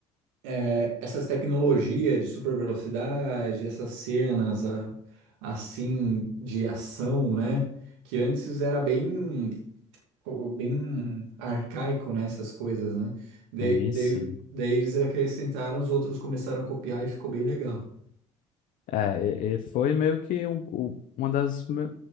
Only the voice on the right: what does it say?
é, essas tecnologias de super velocidade, essas cenas a- assim de ação, né? Que antes era bem. co- bem arcaico nessas coisas, né? Daí,
daí,
daí eles acrescentaram, os outros começaram a copiar e ficou bem legal.